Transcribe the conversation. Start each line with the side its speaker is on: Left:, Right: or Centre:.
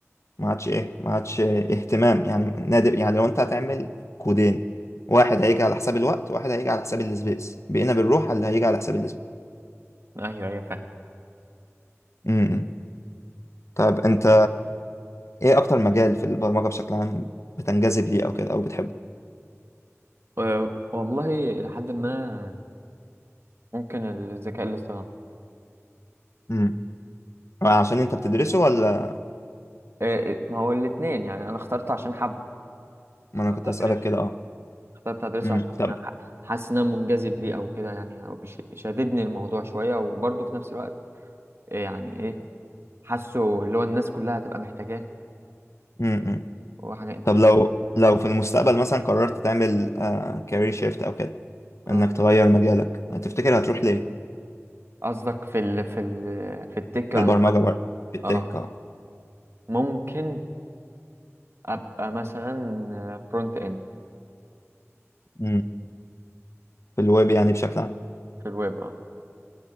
Left: ما عادش ايه ما عادش اهتمام يعني نادر يعني لو انت هتعمل كودين واحد هيجي على حساب الوقت واحد هيجي على حساب السبيس بقينا بنروح على اللي هيجي على حساب
Right: ايوه ايوه فاهم
Left: السبيس طيب انت ايه اكتر مجال في البرمجة بشكل عام بتنجذب ليه او كده او بتحبه
Right: أه، والله الى حد ما ممكن الذكاء الاصطناعي
Left: امم عشان انت بتدرسه ولا
Right: أه، ما هو الاثنين يعني انا اخترت عشان حب
Left: ما
Right: اخترت
Left: انا كنت
Right: ادرسه
Left: اسألك كده اه
Right: اخترت ادرسه
Left: امم
Right: عشان أنا
Left: طب
Right: ح- حاسس ان انا منجذب ليه او كده يعني او بيش- شاددني الموضوع شويه وبرضه في نفس الوقت إيه يعني ايه حاسه اللي هو الناس كلها هتبقى محتاجاه
Left: امم
Right: وحاجه انترنت
Left: طب لو لو في المستقبل مثلا قررت تعمل كارير شيفت او كده
Right: اه
Left: انك تغير مجالك تفتكر هتروح ليه
Right: قصدك في ال في ال في التك
Left: في
Right: عموما
Left: البرمجة برضه في التك
Right: اه
Left: اه
Right: ممكن ابقى مثلا فرونت اند
Left: امم في الويب يعني بشكل عام
Right: في الويب اه